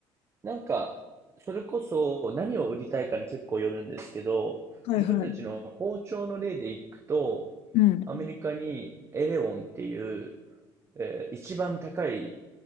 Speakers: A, on the right (about 25°); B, on the left (about 70°).
A: なんか、それこそ何を売りたいかに結構よるんですけど、
B: はいはい。
A: 自分たちの包丁の例でいくと、
B: うん。
A: アメリカにエレオンっていう、えー一番高い